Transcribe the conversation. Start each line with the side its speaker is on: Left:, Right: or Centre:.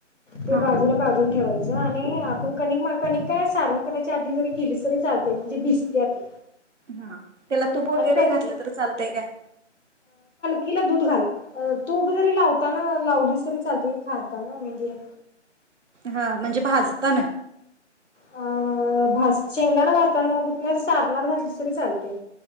Left: ते
Right: हां
Left: बाजूला काढून ठेवायच. च आणि आपण कानाई म कणिक - सारण करायची आधी जरी केलीस तरी चालतय म्हणजे भिजतिया ती.
Right: हा- त्याला तूप वगैरे
Left: आणि कणिक
Right: घातलं तर चालतय काय?
Left: तिला दूध घाल. तूप जरी लावताना लावलीस- तरी चालतय खाताना म्हणजे-
Right: हा म्हणजे भाजताना-
Left: अं -भाज शेंगदाना भाजताना मग नाही तर सारनात घातलीस तरी चालते.